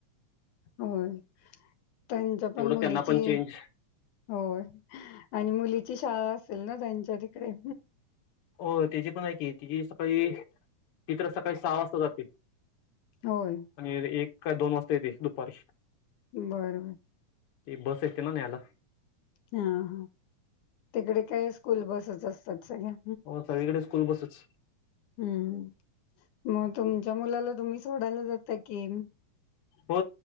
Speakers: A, on the left (about 80°); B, on the left (about 55°).
A: होय त्यांच्या
B: तेवढं
A: पण मुलीची
B: त्यांना पण चेंज
A: होय आणि मुलीची शाळा असेल ना त्यांच्या तिकडे
B: हो त्याची पण आहे की तिची सकाळी ती तर सकाळी सहा वाजता जाते
A: होय.
B: आणि एक का दोन वाजता येते दुपारी
A: बरं बरं
B: ती बस येते ना न्यायला
A: हा हा तिकडे काय स्कूल बसेच असतात सगळ्या
B: हो सगळीकडे स्कूल बसच
A: हम्म मग तुमच्या मुलाला तुम्ही सोडायला जात कि
B: हो